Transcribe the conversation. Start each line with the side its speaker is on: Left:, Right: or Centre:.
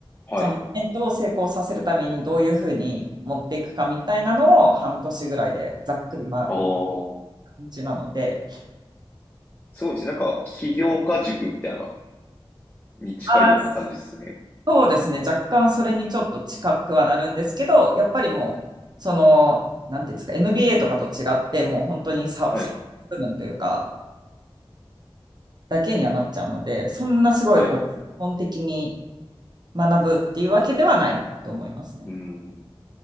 Left: はい。
Right: そのイベントを成功させるためにどういうふうに持っていくかみたいなのを半年ぐらいでざっくりま
Left: ああ。
Right: 感じなので、
Left: すごいですね。なんか、起業家塾みたいな、に近いような感じですね。
Right: あそうですね、若干それにちょっと近くはなるんですけど、やっぱりもう、その、なんていうんですか、MBA とかと違って、もう本当にさ、
Left: はい。
Right: さ部分というか、だけにはなっちゃうので、そんなすごいこう、
Left: はい。う
Right: 基本的に学ぶっていうわけではないと思いますね。
Left: ん。い